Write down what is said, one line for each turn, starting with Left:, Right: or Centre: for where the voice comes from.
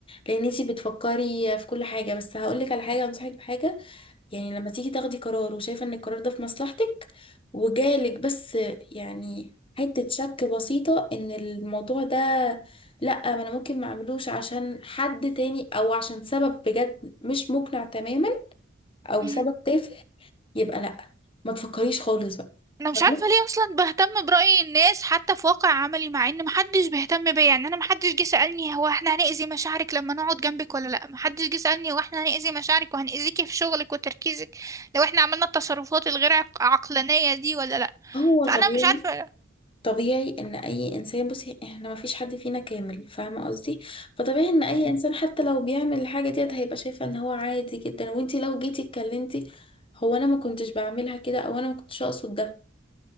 Left: لان انتي بتفكري في كل حاجة بس هقولك على حاجة انصحك بحاجة يعني لما تيجي تاخدي قرار وشايفة ان القرار ده في مصلحتك وجالك بس يعني حتة شك بسيطة ان الموضوع ده لأ ما انا ممكن ما اعملوش عشان حد تاني او عشان سبب بجد مش مقنع تماما او
Right: مم.
Left: سبب تافه يبقى لأ ما تفكريش خالص بقى
Right: انا
Left: فاهمة؟
Right: مش عارفه ليه اصلا بهتم برأي الناس حتى في واقع عملي مع ان محدش بيهتم بيا يعني انا محدش جه سألني هو احنا هنأذي مشاعرك لما نقعد جنبك ولا لا محدش جه سألني هو احنا هنأذي مشاعرك وهنأذيكي في شغلك وتركيزك لو احنا عملنا التصرفات الغير عق- عقلانية دي ولا لا
Left: هو
Right: فانا
Left: طبيعي
Right: مش عارفه
Left: طبيعي ان اي انسان بصي احنا ما فيش حد فينا كامل فاهمه قصدي فطبيعي ان اي
Right: مم.
Left: انسان حتى لو بيعمل الحاجه ديت هيبقى شايفه ان هو عادي جدا وانتي لو جيتي اتكلمتي هو انا ما كنتش بعملها كده او انا ما كنتش اقصد ده